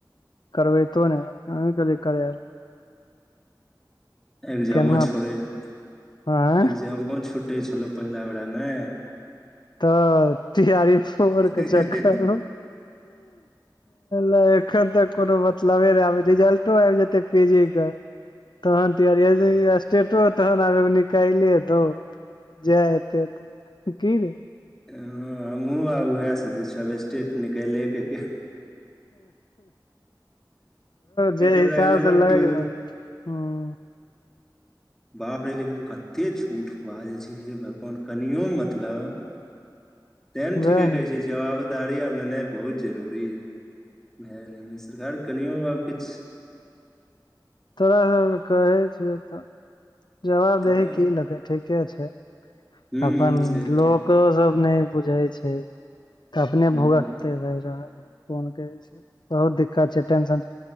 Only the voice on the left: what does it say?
करबैत न अही। <unintelligible>
केना
आँय
त तैयारी एक सो वर्क
क चेक एलो। लखन तक कोनो मतलबे न आबै जिजल्टो आइब जेतै पीजी के। तहन <unintelligible> स्टेट तहन आब निकाइलै दौ, जेए हेते त की गे,
जे
हिसाब
स लाइगर,
उम्म।
वएह
ने
तोरा <unintelligible> कहे छ त जवाब
देही की लगे ठीके छै।
अपन
लोको
सब नय बुझैए छै। त अपने
भुगकते <unintelligible> बहुत दिक्कत छै टेंशन,